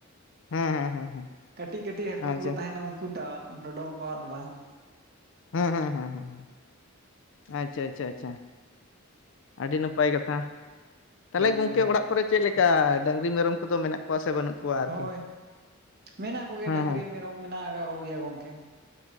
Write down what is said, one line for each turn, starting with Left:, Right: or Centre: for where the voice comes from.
Left: ᱦᱮᱸ ᱦᱮᱸ
Right: <inaudible>
Left: ᱦᱮᱸ ᱦᱮᱸ
Right: ᱠᱟᱹᱴᱤᱡ ᱠᱟᱹᱴᱤᱡ ᱦᱟᱹᱠᱩ
Left: ᱟᱪᱪᱷᱟ
Right: ᱠᱚᱠᱚ ᱛᱟᱦᱮᱱᱟ ᱩᱱᱠᱩᱴᱟᱜ ᱰᱚᱰᱚ ᱠᱚᱣᱟ ᱫᱚ ᱵᱟᱝ᱾
Left: ᱦᱮᱸ-ᱦᱮᱸ-ᱦᱮᱸ-ᱦᱮᱸ-ᱦᱮᱸ ᱾ ᱟᱪᱪᱷᱟ-ᱟᱪᱪᱷᱟ-ᱟᱪᱪᱷᱟ <inaudible> ᱟᱹᱰᱤ ᱱᱟᱯᱟᱭ ᱠᱟᱛᱷᱟ᱾ ᱛᱟᱞᱦᱮ
Right: ᱦᱳᱭ
Left: ᱜᱚᱝᱠᱮ ᱚᱲᱟᱜ ᱠᱚᱨᱮ ᱪᱮᱫ ᱞᱮᱠᱟ ᱰᱟᱹᱝᱨᱤ ᱢᱮᱨᱚᱢ ᱠᱚᱫᱚ ᱢᱮᱱᱟᱜ ᱠᱚᱣᱟ ᱥᱮ ᱵᱟᱹᱱᱩᱜ ᱠᱚᱣᱟ? ᱟᱨᱠᱤ
Right: ᱦᱳᱭ ᱢᱮᱱᱟᱜ ᱠᱚᱜᱮᱭᱟ
Left: ᱦᱮᱸ
Right: ᱰᱟᱹᱝᱨᱤ
Left: ᱦᱮᱸ
Right: ᱢᱮᱨᱚᱢ ᱢᱮᱱᱟᱜ ᱟᱠᱟᱫ ᱠᱚᱜᱮᱭᱟ ᱜᱚᱝᱠᱮ᱾